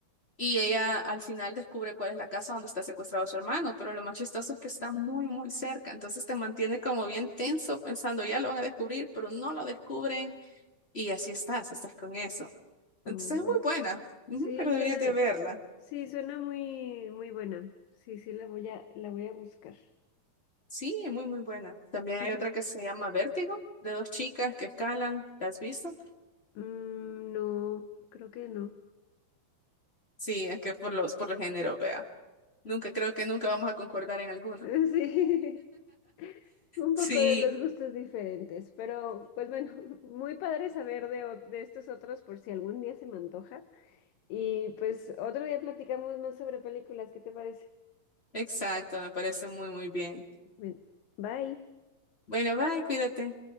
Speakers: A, on the left; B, on the left.
A: y ella al final descubre cuál es la casa donde está secuestrado su hermano, pero lo más chistoso es que está muy, muy cerca. Entonces te mantiene como bien tenso pensando, ya lo van a descubrir, pero no lo descubren y así estás, estás con eso. Entonces
B: Oh,
A: es muy buena, ujú,
B: Sí,
A: pero
B: suena,
A: deberías de verla.
B: sí, suena muy, muy buena. Sí, sí, la voy a, la voy a buscar.
A: Sí, es muy, muy buena. También
B: Ujú.
A: hay otra que se llama Vértigo, de dos chicas que escalan. ¿La has visto?
B: Mm, no, creo que no.
A: Sí, es que por los, por el género, vea. Nunca, creo que nunca vamos a concordar en alguno.
B: <laughs> Sí. Un
A: Sí,
B: poco de los gustos diferentes, pero pues bueno, <laughs> muy padre saber de, o- de estos otros por si algún día se me antoja. Y pues otro día platicamos más sobre películas, ¿qué te parece?
A: exacto, me parece muy, muy bien.
B: Bueno, bye.
A: Bueno, bye, cuídate.